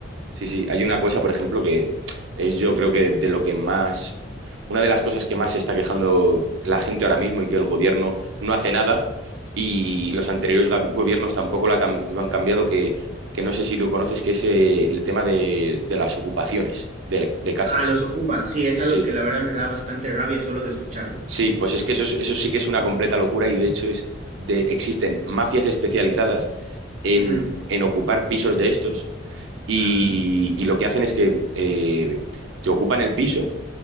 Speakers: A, on the right; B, on the right.
A: Sí, sí, hay una cosa, por ejemplo, que es yo creo que de lo que más, una de las cosas que más se está quejando la gente ahora mismo y que el gobierno no hace nada y los anteriores ga- gobiernos tampoco la cam- lo han cambiado, que, que no sé si lo conoces, que es eh, el tema de, de las ocupaciones de, de casas.
B: Ah, los ocupan, sí, es
A: Sí,
B: algo que la verdad me da bastante rabia solo de escucharlo.
A: sí, pues es que eso, es- eso sí que es una completa locura y de hecho es de, existen mafias especializadas en,
B: Ujú.
A: en ocupar pisos de estos y,
B: Ah.
A: y lo que hacen es que eh, te ocupan el piso.